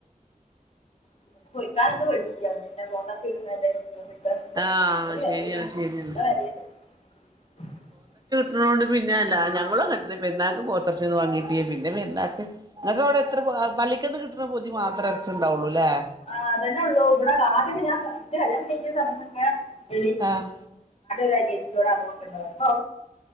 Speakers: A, on the left; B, on the right.
A: <inaudible>
B: ആഹ് ശരിയാണ് ശരിയാണ് ണ്ട് പിന്നെ അല്ല ഞങ്ങളും പെര്ന്നാക്ക് പോത്തെറച്ചി വങ്ങിട്ട് പിന്നെപേര്ന്നാക്ക് ഇങ്ങക്ക് അവിടെ എത്ര ലിക്കന്ന് കിട്ട ത്ര പൊതി മാത്ര <unintelligible> ഉണ്ടാവുള്ളൂ ല്ലേ
A: ആഹ് അതന്നെള്ളൂ ഇവിടെ ആദ്യട്ട ഞാൻ ന്റെ കല്യാണം കഴിഞ്ഞ സമത്തൊക്കെ <unintelligible> ആ
B: ആഹ്
A: രാജീ <unintelligible> നോക്കണ്ടത് <unintelligible>